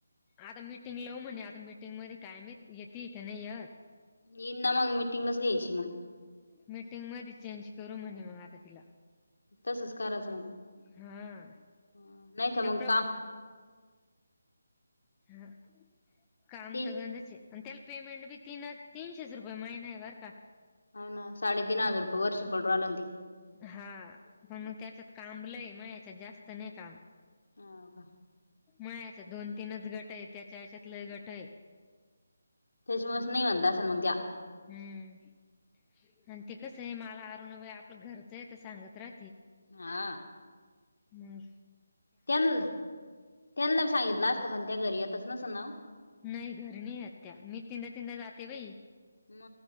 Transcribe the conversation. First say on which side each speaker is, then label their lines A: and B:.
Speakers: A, on the left; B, on the left.
A: आता मीटिंग लावू म्हणे आता मिटिंग मध्ये कायम येत का नाही य
B: ह ना मग मिीटिंग बस घ्यायची मग
A: मीटिंग मध्ये चेंज करू म्हणे मग आता तिला
B: तसस्काराचं मग
A: हा.
B: ह नाही तर
A: त्या
B: मग
A: प्र
B: का
A: हा काम
B: ते हो
A: तर गच आणि त्याला पेमेंट बी तीन तीनशे रुपये महिना आहे बर का
B: हो ना साडे तीन हजार रुपये वर्ष पड राहिली
A: हा पण मग त्याच्यात काबलंय मग याच्यात जास्त नाही काम
B: हाव का
A: मय अ दोन तीनच गट आहे त्याच्या याच्यातलं गट आहे
B: त्याच्यामुळे नाही म्हणता अस मग त्या
A: हम्म आणि ते कस आहे मला अरुण व आपलं घरचं आहे तर सांगत राह
B: हा
A: म
B: त्यां त्यांना सांगितलं असतं पण त्या घरी येतच नसं नाव
A: नाही घर नाही आत्या मी तीनदा तीनदा जाते बाई
B: म